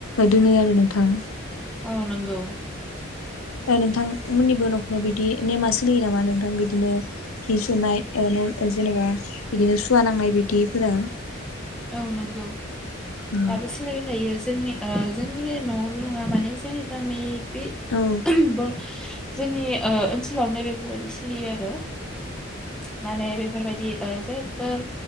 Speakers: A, on the left; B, in the centre.
A: दोनो आरो नों थां।
B: औ नंगौ।
A: ओ नोंथांमोननिबो न'खराव बिदि नेमा सोलियो नामा नोंथां बिदिनो हि सुनाय ओ न' जेनेबा बिदिनो सुवा नांनाय बिदिफोरा।
B: औ नंगौ।
A: औ
B: दाबो सोलिबाय थायो जोंनि ओ जोंनि न'नवावल' नङा माने जोंनि गामि बे
A: औ
B: जोंनि ओ ओनसोलावनो बेफोरबायदि सोलियो आरो माने बेफोरबायदि ओ जेबो